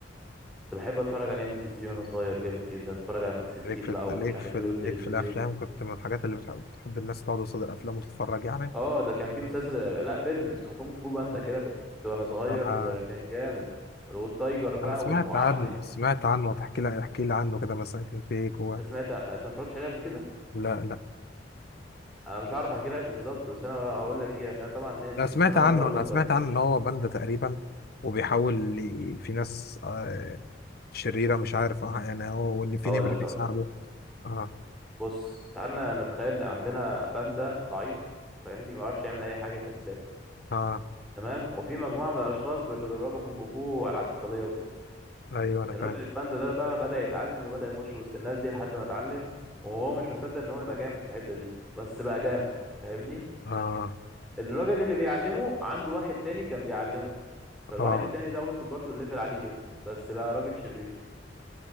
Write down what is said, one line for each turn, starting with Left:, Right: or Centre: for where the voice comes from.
Centre: كنت بحب اتفرج على ام بي سي 3 وانا صغير جامد جدا اتفرج على ماكس ستيل
Left: ليك في
Centre: بقى
Left: ليك
Centre: ومش عارف
Left: في
Centre: ايه
Left: ليك
Centre: والتلفزيون
Left: في الأفلام كنت من الحاجات اللي بتحب, بتحب الناس تقعد قصاد الأفلام وتتفرج يعني
Centre: اه ده كان في مسلسل لا فيلم اسمه كونج فو باندا كده كنت وانا صغير
Left: أنا
Centre: آه، كان جامد والتايجر بقى
Left: أنا سمعت
Centre: والمعلم
Left: عنه سمعت عنه تحكي لي احكي لي عنه كده مثلا كان في إيه جوه
Centre: انت سمعت انت ما اتفرجتش عليه قبل كده
Left: لا لا
Centre: انا مش هعرف احكي لك بالظبط بس انا هقول لك ايه عشان أنا طبعا ناسي
Left: أنا سمعت
Centre: بس انا
Left: عنه
Centre: هقدر اقول
Left: أنا
Centre: لك
Left: سمعت
Centre: طرطيش
Left: عنه إن هو باندا تقريبا وبيحاول ي- في ناس آه، شريرة مش عارف آه، يعني هو وإن في
Centre: هقول
Left: نمر
Centre: لك
Left: بيساعده
Centre: هقول لك
Left: اه
Centre: بص تعالى نتخيل إن عندنا باندا ضعيف فاهمني ما بيعرفش يعمل اي حاجه كسلان
Left: اه
Centre: تمام وفي مجموعه من الاشخاص بيتدربوا كونج فو والعاب قتاليه وكده
Left: أيوه أنا
Centre: الراجل
Left: فاهم
Centre: الباندا ده بقى بدأ يتعلم وبدأ يخش وسط الناس دي لحد ما اتعلم وهو مش مصدق ان هو يبقى جامد في الحتة دي بس بقى جامد فاهمني
Left: اه
Centre: الراجل اللي بيعلمه عنده واحد تاني كان بيعلمه فالواحد
Left: اه
Centre: التاني ده وصل برضه الليفل عالي جدا بس بقى راجل شرير